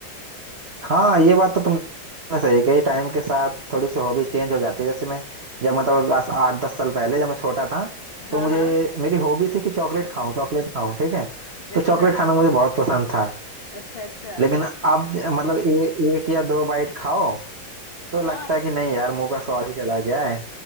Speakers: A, on the right; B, on the left.
A: हाँ ये बात तो तुमने सही कही टाइम के साथ थोड़ी सी हॉबी चेंज हो जाती है जैसे मैं जब मतलब अभी आज आठ दस साल पहले जब मैं छोटा था
B: हाँ
A: तो मुझे
B: हाँ
A: मेरी हॉबी थी कि चॉकलेट खाऊं चॉकलेट खाऊं ठीक है
B: अच्छा
A: तो चॉकलेट खाना मुझे बहुत पसंद था
B: अच्छा अच्छा
A: लेकिन अब ज- मतलब ए, एक या दो बाइट खाओ तो
B: हाँ
A: लगता है
B: पे,
A: कि नहीं यार मुंह का स्वाद ही चला गया है